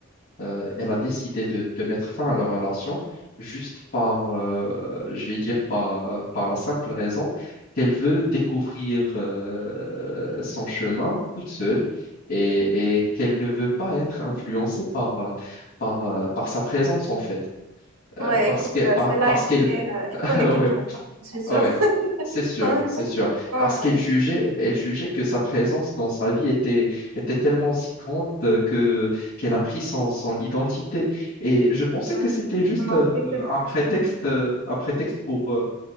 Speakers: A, on the left; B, on the right.
A: euh, elle a décidé de, de mettre fin à leur relation juste par, euh, je vais dire, par, euh, par la simple raison qu'elle veut découvrir euh, son chemin toute seule et, et qu'elle ne veut pas être influencée par, euh, par, euh, par sa présence, en fait.
B: Ouais,
A: Euh, parce
B: écoute,
A: que,
B: euh,
A: par-
B: c'est là,
A: parce
B: elle
A: qu'elle...
B: connaît, euh,
A: <laughs>
B: elle connaît quelqu'un
A: Ouais.
B: d'autre, je suis sûre.
A: Ouais,
B: <laughs>
A: c'est sûr,
B: Ouais.
A: c'est sûr.
B: Ouais,
A: Parce qu'elle
B: ouais.
A: jugeait, elle jugeait que sa présence dans sa vie était, était tellement si grande euh, que qu'elle a pris son, son identité. Et je pensais
B: Voilà.
A: que c'était juste
B: Non,
A: euh,
B: non, c'est que des
A: un prétexte,
B: excuses.
A: euh, un prétexte
B: Mm.
A: pour, euh,